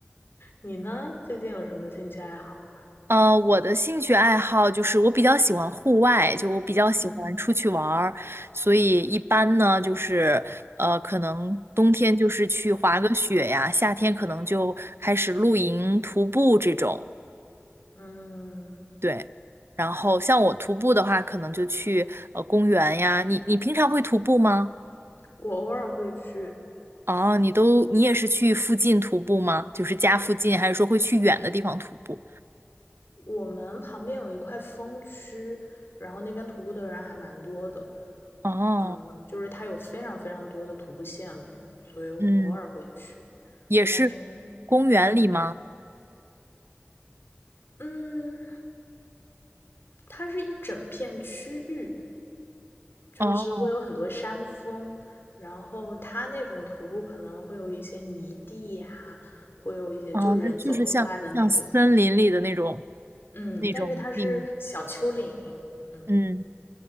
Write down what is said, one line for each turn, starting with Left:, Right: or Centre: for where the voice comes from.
Left: 你呢？最近有什么兴趣爱好吗？
Right: 呃，我的兴趣爱好就是我比较喜欢户外，就我比较喜欢出去玩儿，
Left: 嗯
Right: 所以一般呢就是呃，可能冬天就是去滑个雪呀，夏天可能就开始露营、徒步这种，
Left: 嗯，
Right: 对。然后像我徒步的话，可能就去呃公园呀。你你平常会徒步吗？
Left: 我偶尔会去。
Right: 哦，你都你也是去附近徒步吗？就是家附近，还是说会去远的地方徒步？
Left: 我们旁边有一块风区，然后那边徒步的人还蛮多的。
Right: 哦，
Left: 嗯，就是它有非常非常多的徒步线路，所以我偶尔会去。
Right: 嗯，也是
Left: 但是呢，
Right: 公园里吗？
Left: 嗯嗯，它是一整片区域，就是会有很多山峰，
Right: 哦。
Left: 然后它那种徒步可能会有一些泥地呀、会有一些就是人走出来的那种，
Right: 哦，那就是像像森林里的那种
Left: 嗯，
Right: 那种地，
Left: 但是它是小丘陵，嗯，
Right: 嗯，